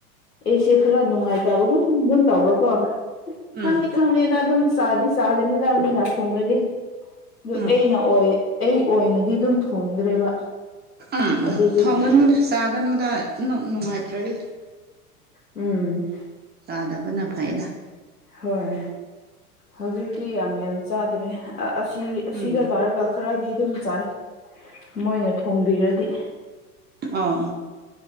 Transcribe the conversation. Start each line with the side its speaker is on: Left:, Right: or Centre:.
Left: ꯑꯩꯁꯦ ꯈꯔ ꯅꯨꯡꯉꯥꯏꯇꯕꯒꯨꯝ ꯗꯨꯝ ꯇꯧꯕꯀꯣ
Right: ꯎꯝ
Left: ꯈꯪꯗꯤ ꯈꯪꯅꯤꯗ ꯑꯗꯨꯝ ꯆꯥꯗꯤ ꯆꯥꯒꯅꯤꯅ ꯃꯤꯅ ꯊꯣꯡꯔꯗꯤ ꯑꯗꯨ
Right: ꯎꯝ ꯎꯝ
Left: ꯑꯩꯅ ꯑꯣꯏ ꯑꯩ ꯑꯣꯏꯅꯗꯤ ꯑꯗꯨꯝ ꯊꯣꯡꯗ꯭ꯔꯦꯕ
Right: ꯑꯥ
Left: ꯑꯗꯨꯗꯒꯤ
Right: ꯊꯣꯡꯒꯅꯨꯗ ꯆꯥꯒꯅꯨꯗ ꯅꯨ ꯅꯨꯡꯉꯥꯏꯇ꯭ꯔꯗꯤ
Left: ꯎꯝ
Right: ꯆꯥꯗꯕꯅ ꯐꯩꯗ
Left: ꯍꯣꯏ ꯍꯧꯖꯤꯛꯇꯤ ꯌꯥꯝ ꯌꯥꯝ ꯆꯥꯗ꯭ꯔꯦ ꯑꯥ ꯑꯁꯤ ꯑꯁꯤꯗ
Right: ꯎꯝ
Left: ꯂꯥꯛꯔꯒ ꯈꯔꯗꯤ ꯑꯗꯨꯝ ꯆꯥꯏ ꯃꯣꯏꯅ ꯊꯣꯡꯕꯤꯔꯗꯤ
Right: ꯑꯣ